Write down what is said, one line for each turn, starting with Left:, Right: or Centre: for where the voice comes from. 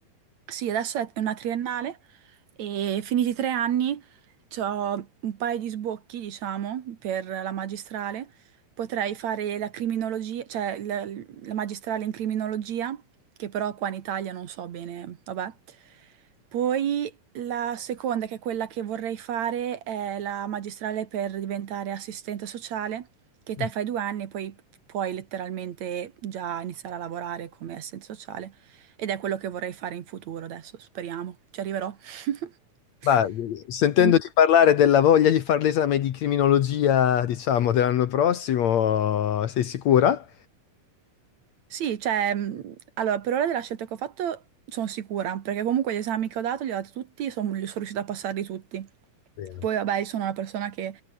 Right: Sì, adesso è una triennale e finiti i tre anni ho un paio di sbocchi, diciamo, per la magistrale. Potrei fare la criminologia, cioè la, la magistrale in criminologia, che però qua in Italia non so bene, vabbè. Poi la seconda, che è quella che vorrei fare, è la magistrale per diventare assistente sociale, che
Left: Mhm.
Right: te fai due anni e poi puoi letteralmente già iniziare a lavorare come assistente sociale. Ed è quello che vorrei fare in futuro adesso, speriamo. Ci arriverò. <laughs>
Left: Ma eh, sentendoti
Right: E-
Left: parlare della voglia di fare l'esame di criminologia, diciamo, dell'anno prossimo, sei sicura?
Right: Sì, cioè, mh, allora, per ora della scelta che ho fatto sono sicura, perché comunque gli esami che ho dato li ho dati tutti, son- li sono riuscita a passarli tutti.
Left: Bene,
Right: Poi, vabbè, io sono una persona che